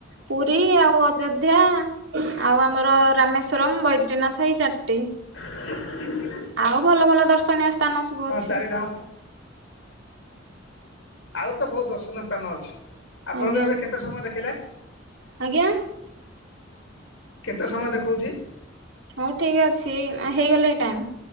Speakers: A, on the right; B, on the left.
A: ପୁରୀ ଆଉ ଅଯୋଧ୍ୟା ଆଉ ଆମର ରାମେଶ୍ଵରମ, ବୈଦ୍ରୀନାଥ ଏଇ ଚାରିଟି ।
B: ହଁ <unintelligible>
A: ଆଉ ଭଲ ଭଲ ଦର୍ଶନୀୟ ସ୍ଥାନ ସବୁ
B: ହଁ
A: ଅଛି
B: ଚାରିଧାମ
A: ।
B: ଆହୁର ତ ବହୁତ ଦର୍ଶନୀୟ ସ୍ଥାନ ଅଛି ଆପଣଙ୍କ
A: ଆଜ୍ଞା
B: ଏବେ କେତେ ସମୟ ଦେଖିଲା?
A: ଆଜ୍ଞା?
B: କେତେ ସମୟ ଦେଖଉଛି?
A: ହଉ ଠିକ ଅଛି ହେଇଗଲାଇ ଟାଇମ।